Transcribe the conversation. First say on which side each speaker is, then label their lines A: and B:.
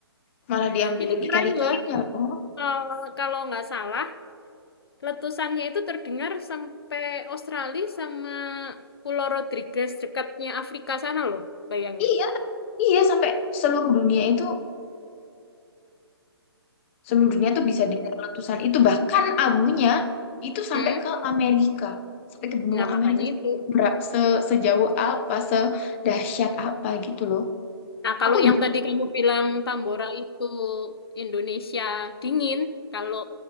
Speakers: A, on the left; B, on the left.
A: malah diambilin
B: Itu keren
A: ikan-ikannya
B: loh.
A: loh.
B: Eh, kalau nggak salah, letusannya itu terdengar sampai Australia sama Pulau Rodriguez dekatnya Afrika sana loh. Bayangin.
A: Iya, iya sampai seluruh dunia itu Seluruh dunia tuh bisa dengar letusan itu. Bahkan abunya itu sampai
B: Hmm?
A: ke Amerika. Sampai ke benua
B: Nah,
A: Amerika.
B: makanya
A: Itu
B: itu.
A: ber- se- sejauh apa, sedahsyat apa gitu loh.
B: Nah, kalau
A: Aku
B: yang
A: juga.
B: tadi kamu bilang Tambora itu Indonesia dingin, kalau